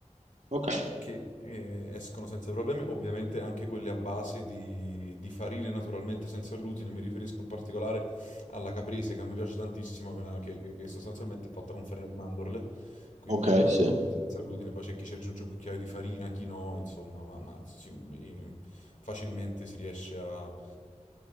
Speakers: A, on the right; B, on the left.
A: Ok,
B: che eh, escono senza problemi, ovviamente anche quelle a base di, di farine naturalmente senza glutine, mi riferisco in particolare alla caprese che a me piace tantissimo, che, è una- che- che- che sostanzialmente è fatta con farina di mandorle, quindi
A: ok,
B: naturalmente
A: sì.
B: senza glutine. Poi c'è chi ci aggiunge un cucchiaio di farina, chi no, insomma, ma, ma si- i- facilmente si riesce a, a-